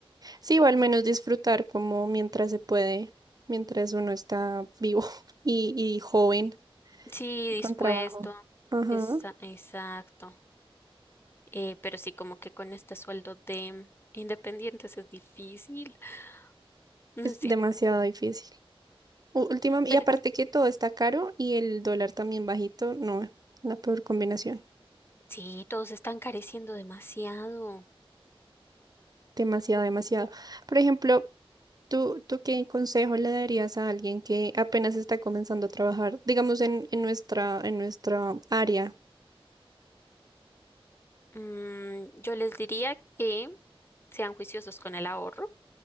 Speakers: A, on the right; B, on the left.
A: Sí, o al menos disfrutar como mientras se puede, mientras uno está vivo <laughs> y, y joven
B: Sí,
A: y
B: dispuesto.
A: con trabajo. Ajá,
B: Esa- exacto. Eh, pero sí, como que con este sueldo de independientes es difícil. <laughs> No
A: es
B: sé.
A: demasiado difícil. Últimamente,
B: Pero
A: y aparte que todo está caro y el dólar también bajito, no, la peor combinación.
B: sí, todos están careciendo demasiado.
A: Demasiado, demasiado. Por ejemplo, ¿tú, tú qué consejo le darías a alguien que apenas está comenzando a trabajar, digamos, en, en nuestra, en nuestra área?
B: Mm, yo les diría que sean juiciosos con el ahorro,